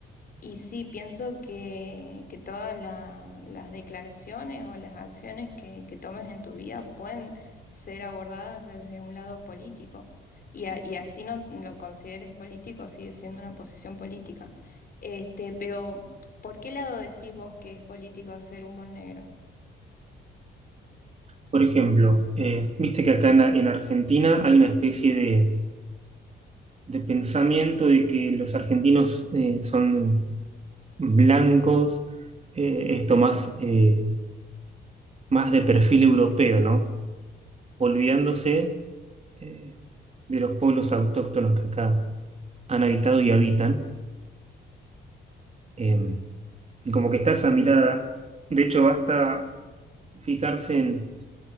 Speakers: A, on the left (about 45°); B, on the right (about 35°).
A: y sí, pienso que, que todas la- las declaraciones o las acciones que, que tomes en tu vida pueden ser abordadas desde un lado político y, a- y así no lo consideres político, sigue siendo una posición política. Este, pero, ¿por qué lado decís vos que es político hacer humor negro?
B: Por ejemplo, eh, viste que acá en, en Argentina hay una especie de, de pensamiento de que los argentinos eh, son blancos, eh, esto más, eh, más de perfil europeo, ¿no? Olvidándose eh, de los pueblos autóctonos que acá han habitado y habitan. em, Como que está esa mirada. De hecho, basta fijarse en,